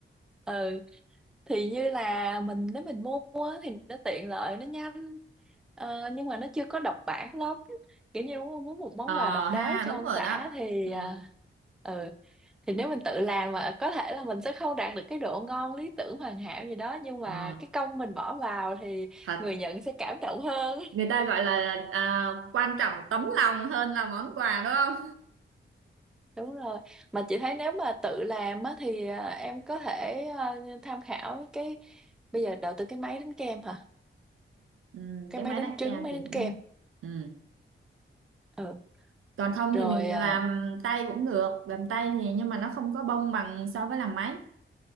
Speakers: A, in the centre; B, on the right (about 85°).
A: ừ thì như là mình nếu mình mua á, thì nó tiện lợi nó nhanh Ờ, nhưng mà nó chưa có độc bản lắm kiểu như muốn muốn một món
B: ờ
A: quà độc
B: ha
A: đáo cho
B: đúng
A: ông
B: rồi
A: xã
B: đó
A: thì
B: ừ
A: à, ừ thì nếu mình tự làm mà có thể là mình sẽ không đạt được cái độ ngon lý tưởng hoàn hảo gì đó nhưng mà
B: ờ
A: cái công mình bỏ vào thì
B: thật
A: người nhận sẽ cảm động hơn
B: người ta gọi là à, quan trọng tấm lòng hơn là món quà đúng không
A: <laughs> đúng rồi mà chị thấy nếu mà tự làm á thì à, em có thể à, tham khảo cái bây giờ đầu tư cái máy đánh kem hả
B: ừ,
A: cái
B: cái
A: máy
B: máy
A: đánh
B: đánh
A: trứng
B: kem
A: máy
B: thì
A: đánh
B: cũng
A: kem
B: ừ.
A: ừ
B: còn không
A: rồi
B: thì mình
A: à,
B: làm tay cũng được làm tay thì nhưng mà nó không có bông bằng so với làm máy